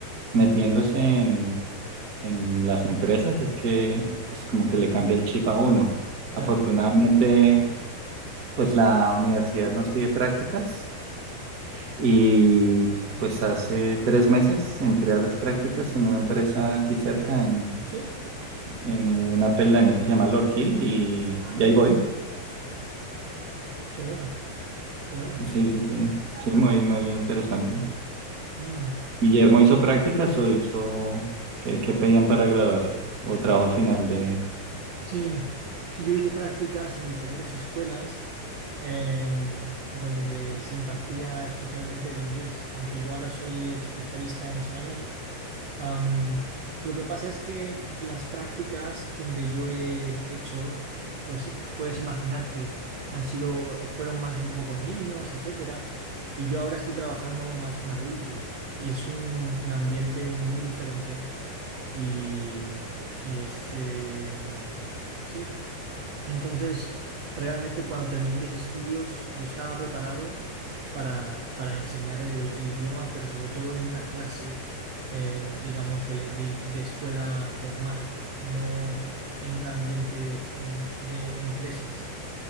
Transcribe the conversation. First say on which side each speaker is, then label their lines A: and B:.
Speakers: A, on the right; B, on the right.
A: metiéndose en, en las empresas es que pues como que le cambia el chip a uno.
B: claro.
A: Afortunadamente pues la universidad nos pide prácticas y pues hace tres meses entré a las prácticas en una empresa aquí cerca, en,
B: Sí,
A: en una pedanía que se llama Lorquí y,
B: Mm,
A: y ahí voy.
B: qué bueno, qué bueno.
A: Sí, sí, sí, sí, muy, muy interesante.
B: Mm,
A: Guillermo hizo prácticas o hizo qué, qué pedían para graduarse o trabajo final de
B: Sí, sí, yo hice prácticas en diferentes escuelas em, donde se impartía especialmente el inglés, aunque yo ahora soy especialista en español Am, lo que pasa es que las prácticas donde yo he hecho, pues puedes imaginarte, han sido, fueron más un poco con niños, etcétera, y yo ahora estoy trabajando más con adultos. Y es un, un ambiente muy diferente y, y es, eh, sí, entonces, realmente cuando terminé mis estudios, yo estaba preparado para, para enseñar el, el idioma, pero sobre todo en una clase, eh, digamos, de, de- de escuela formal, no en un ambiente mm, de empresas.